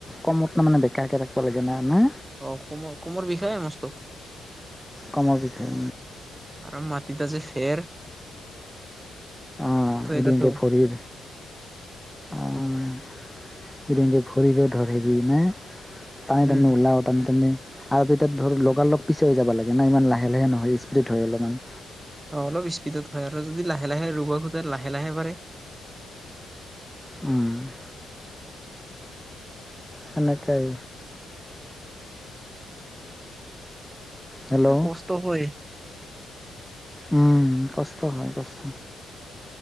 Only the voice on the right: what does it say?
অ'হ, অসমৰ, অসমৰ বিষায়ে মস্ত
আৰু মাটি আজি খেৰ
এগাঠো
উম
অহ', অলপ ইস্পীডত হয় আৰু যদি লাহে, লাহে ৰুব খোজে লাহে, লাহে পাৰে!
কষ্ট হয়